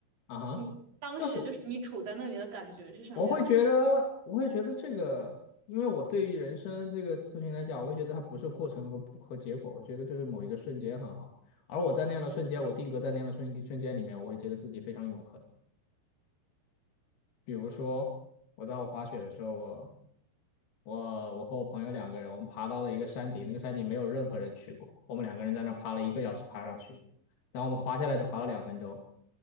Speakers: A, on the left (about 75°); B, on the right (about 60°).
A: 方啊哈。
B: 嗯，当时就是你处在那里的感觉是什么样的？
A: 就是我会觉得，我会觉得这个，因为我对于人生这个事情来讲，我会觉得它不是过程和和结果，我觉得就是某一个瞬间很好。而我在那样的瞬间，我定格在那样的瞬瞬间里面，我会觉得自己非常永恒。比如说，我在我滑雪的时候，我我我和我朋友两个人，我们爬到了一个山顶，那个山顶没有任何人去过，我们两个人在那爬了一个小时爬上去，然后我们滑下来只滑了两分钟，